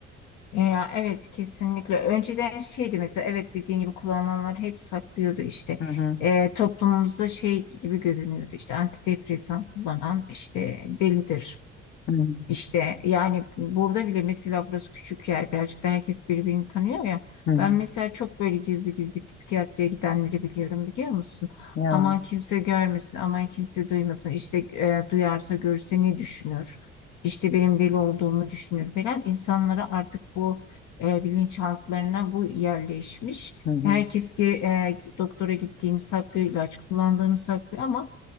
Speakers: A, on the left; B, on the left.
A: E, ya evet kesinlikle önceden şeydi mesela evet dediğin gibi kullananlar hep saklıyordu işte
B: Hı hı.
A: E, toplumumuzda şey gibi görünüyordu işte antidepresan kullanan işte delidir
B: Hı hı.
A: İşte yani burada bile mesela burası küçük yer birazcık da herkes birbirini tanıyor ya.
B: Hı hı.
A: Ben mesela çok böyle gizli gizli psikiyatriye gidenleri biliyorum biliyor musun?
B: Ya.
A: Aman kimse görmesin, aman kimse duymasın. İşte e, duyarsa görse ne düşünür? İşte benim deli olduğumu düşünür falan. İnsanlara artık bu e, bilinçaltlarına bu yerleşmiş.
B: Hı hı.
A: Herkes ki e, doktora gittiğini saklıyor, ilaç kullandığını saklıyor ama